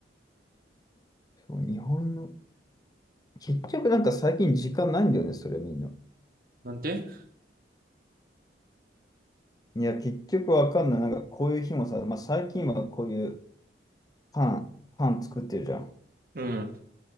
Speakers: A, on the left; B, on the right.
A: そう、日本の、結局なんか最近時間ないんだよね、それみんな。
B: なんて
A: いや、結局わかんない。なんかこういう日もさ、まあ最近はこういうパン、パン作ってるじゃん。
B: うん。